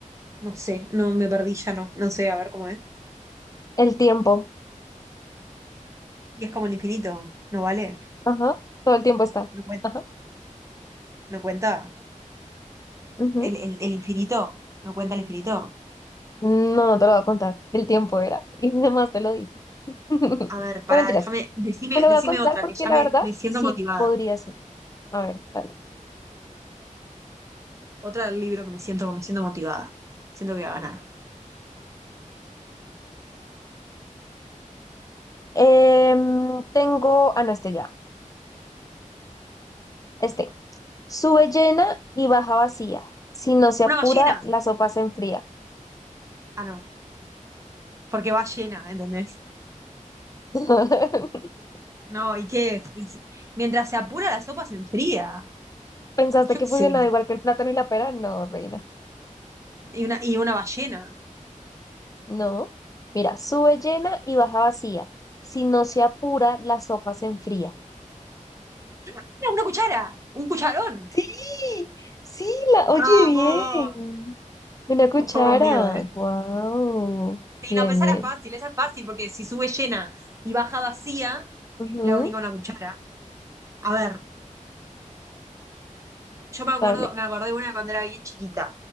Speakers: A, on the right; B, on the left.
A: No sé, no me perdí ya, no. No sé, a ver cómo es.
B: El tiempo.
A: Y es como el infinito. ¿No vale?
B: Ajá. Todo el tiempo está.
A: No cuen-
B: Ajá.
A: no cuenta.
B: Ujú.
A: El, el- el infinito, no cuenta el infinito.
B: No, no te lo voy a contar. El tiempo era. <laughs> Y además te lo dije. <laughs>
A: A ver, pará,
B: No mentiras.
A: déjame, decime,
B: Te lo voy
A: decime
B: a contar
A: otra,
B: porque
A: que ya
B: la
A: me,
B: verdad
A: me siento
B: sí
A: motivada.
B: podría ser. A ver, dale.
A: Otra del libro que me siento, me siento motivada. Siento que voy a ganar.
B: Em,
A: A ver.
B: tengo. Ah, no, este ya. Este. Sube llena y baja vacía. Si no se apura,
A: Una ballena.
B: la sopa se enfría.
A: Ah, no, porque va llena, ¿entendés?
B: <laughs>
A: No, ¿y qué? Es- Mientras se apura la sopa se enfría.
B: ¿Pensaste
A: Yo
B: que
A: qué sé.
B: funcionaba igual que el plátano y la pera? No, reina.
A: Y una, y una ballena.
B: No. Mira, sube llena y baja vacía. Si no se apura, la sopa se enfría.
A: Mira, una cuchara, un cucharón.
B: Sí, sí, la
A: Vamos.
B: oye bien. Una cuchara.
A: Ojo conmigo, ¿eh?
B: Wow.
A: Sí,
B: Bien,
A: no, pensar
B: bien.
A: era fácil, esa es fácil, porque si sube llena y baja vacía,
B: Ujú,
A: la única una cuchara. A ver, Yo me acuerdo,
B: Vale.
A: me acordé de una cuando era bien chiquita.